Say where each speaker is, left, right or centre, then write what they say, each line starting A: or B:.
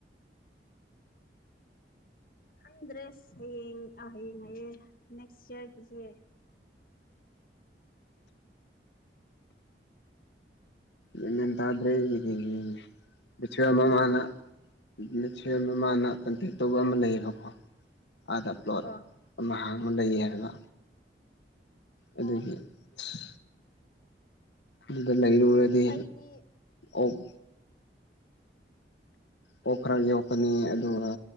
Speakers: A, on the left (about 50°); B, on the left (about 85°).
A: ꯈꯪꯗ꯭ꯔꯦꯁ ꯍꯌꯦꯡ ꯑ ꯍꯌꯦꯡ ꯍꯥꯏꯌꯦ ꯅꯦꯛꯁ ꯏꯌ꯭ꯔꯒꯤꯖꯦ
B: ꯌꯥꯟ ꯄꯦꯟ ꯇꯥꯗꯔꯦ ꯑꯩꯉꯤꯗꯤ ꯕꯤꯠꯁꯨ ꯌꯥꯝ ꯃꯃꯥꯡꯗ <unintelligible> ꯁꯦꯝꯕ ꯃꯥꯅ ꯀꯟꯇꯦꯛ ꯇꯧꯕ ꯑꯃ ꯂꯩꯌꯦꯕꯀꯣ ꯑꯥꯗ ꯄ꯭ꯂꯣꯠ
A: ꯑ
B: ꯑꯃ ꯍꯥꯡꯉ ꯂꯩꯌꯦ ꯍꯥꯏꯕ ꯑꯗꯨꯉꯤ
A: ꯑꯣ
B: ꯑꯁ ꯑꯗꯨꯗ ꯂꯩꯔꯨꯔꯗꯤ
A: ꯑꯩꯗꯤ
B: ꯎꯝ ꯑꫭꯛ ꯑꯣꯛ ꯈꯔ ꯌꯣꯛꯀꯅꯤ ꯑꯗꯨꯒ